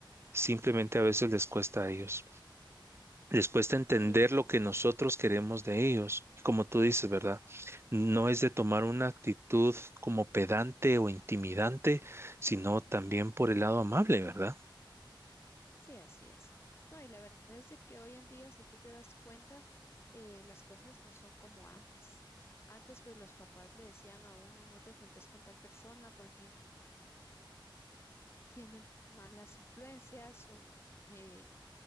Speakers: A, on the right; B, on the left.
A: simplemente a veces les cuesta a ellos les cuesta entender
B: Sí.
A: lo que nosotros queremos de ellos. Y Como tú dices, ¿verdad? No es de tomar una actitud como pedante o intimidante, sino
B: ujú.
A: también por el lado amable, ¿verdad?
B: Sí, así es. No, y la verdad es de que hoy en día, si tú te das cuenta, eh, las cosas no son como antes. Antes, pues los papás le decían a uno, no te juntes con tal persona porque tiene malas influencias o eh,